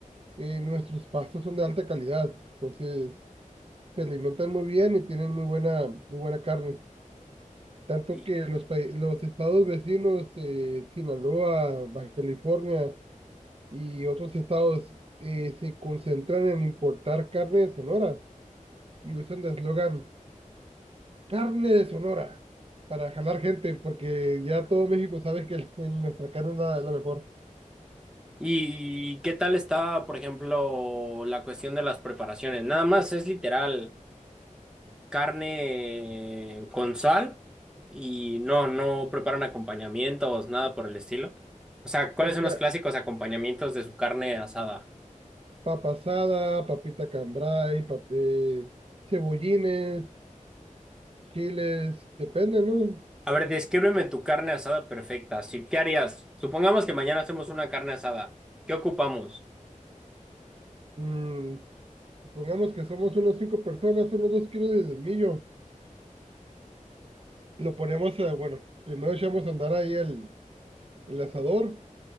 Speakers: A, on the right; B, in the centre.
A: eh, nuestros pastos son de alta calidad, entonces se alimentan muy bien y tienen muy buena, muy buena carne. Tanto
B: ¿Y,
A: que los, pa- los estados vecinos, eh, Sinaloa, Baja California y otros estados, eh, se concentran en importar carne de Sonora y usan de eslogan, carne de Sonora para jalar gente, porque ya todo México sabe que <laughs> nuestra carne es la, la mejor.
B: y qué tal está, por ejemplo, la cuestión de las preparaciones? Nada más es literal. carne con sal y no, no preparan acompañamientos, nada por el estilo. O sea, ¿cuáles
A: Pues
B: son
A: ya
B: los
A: ha-
B: clásicos acompañamientos de su carne asada?
A: papa asada, papita cambray, pap- eh, cebollines, chiles, depende, ¿no?
B: A ver, descríbeme tu carne asada perfecta. Sí, ¿qué harías? Supongamos que mañana hacemos una carne asada. ¿Qué ocupamos?
A: Mm, supongamos que somos unos cinco personas, unos dos kilos de millo Lo ponemos, a, bueno, primero echamos a andar ahí el, el asador.